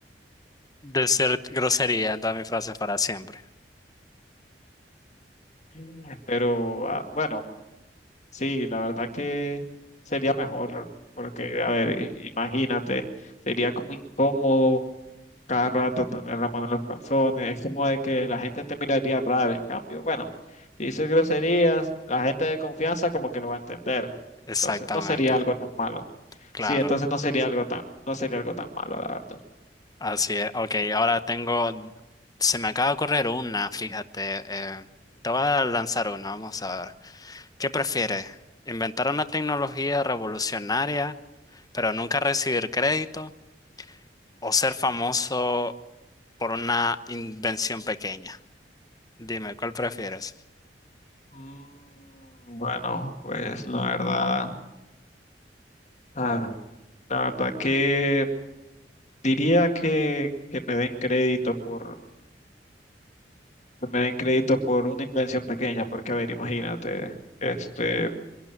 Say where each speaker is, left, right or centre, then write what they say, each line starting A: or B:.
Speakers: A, on the left (about 20°); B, on the left (about 45°).
A: Decir grosería en todas mis frases para siempre.
B: Mm. Pero ah, bueno. Sí, la verdad que sería mejor, porque, a ver, i- imagínate, sería como incómodo cada rato tener la mano en los calzones, es como de que la gente te miraría raro, en cambio, bueno, si dices groserías, la gente de confianza como que lo va a entender,
A: Exactamente,
B: entonces no sería algo tan malo,
A: claro.
B: sí, entonces no sería algo tan, no sería algo tan malo, la verdad.
A: Así es, ok, ahora tengo, se me acaba de ocurrir una, fíjate, eh, te voy a lanzar una, vamos a ver. ¿Qué prefieres? ¿Inventar una tecnología revolucionaria, pero nunca recibir crédito? ¿O ser famoso por una invención pequeña? Dime, ¿cuál prefieres?
B: Mm, Bueno, pues la verdad, ah, la verdad que diría que, que me den crédito por que me den crédito por una invención pequeña, porque a ver, imagínate, este,